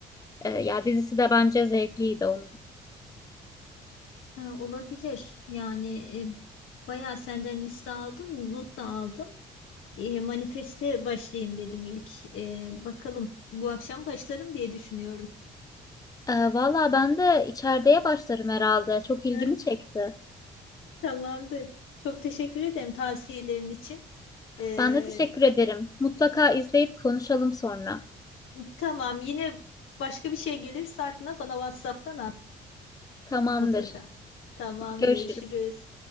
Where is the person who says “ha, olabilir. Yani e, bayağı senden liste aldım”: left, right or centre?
Left